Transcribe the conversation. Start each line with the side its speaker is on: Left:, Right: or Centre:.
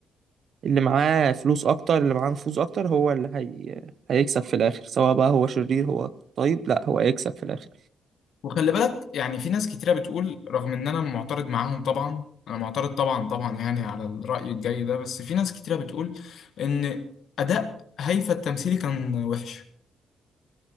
Right: اللي معاه فلوس اكتر اللي معاه نفوذ اكتر هو اللي هي... هيكسب في الاخر سواء بقى هو شرير هو طيب لا هو هيكسب في الاخر
Left: وخلي بالك يعني في ناس كتيرة بتقول رغم ان انا معترض معاهم طبعا انا معترض طبعا طبعا يعني على الرأي الجاي ده بس في ناس كتيرة بتقول ان اداء هيفا التمثيلي كان وحش